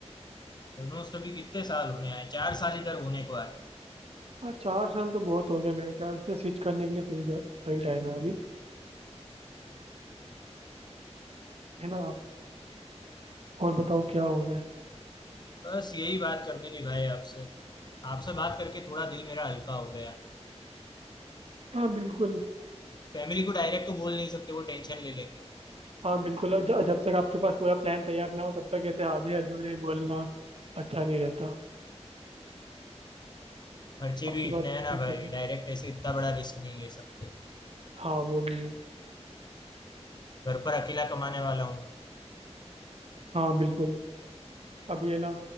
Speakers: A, on the left; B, on the right.
A: ऑलमोस्ट अभी कितने साल होने आए चार साल इधर होने को आए
B: हाँ चार साल तो बहुत हो गए मेरे ख्याल से स्विच करने के लिए सही सही टाइम है अभी है ना आप और बताओ क्या हो रहा है
A: बस यही बात करनी थी भाई आपसे आपसे बात करके थोड़ा दिल मेरा हल्का हो गया
B: हाँ बिल्कुल
A: फैमिली को डायरेक्ट तो बोल नहीं सकते वो टेंशन ले लेंगे
B: हाँ बिल्कुल और ज- जब तक आपके पास पूरा प्लान तैयार ना हो तब तक ऐसे आधे अधूरे बोलना अच्छा नहीं रहता
A: खर्चे
B: आपकी
A: भी इतने
B: बात बिल्कुल
A: हैं ना भाई
B: सही है
A: डायरेक्ट ऐसे इतना बड़ा रिस्क नहीं ले सकते
B: हाँ वो भी है
A: घर पर अकेला कमाने वाला हूँ
B: हाँ बिल्कुल अब ये ना